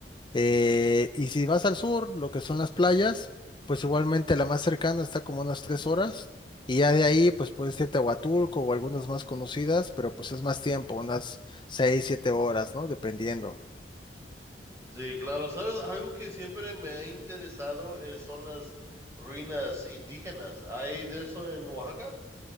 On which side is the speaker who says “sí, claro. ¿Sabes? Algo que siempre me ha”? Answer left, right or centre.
Right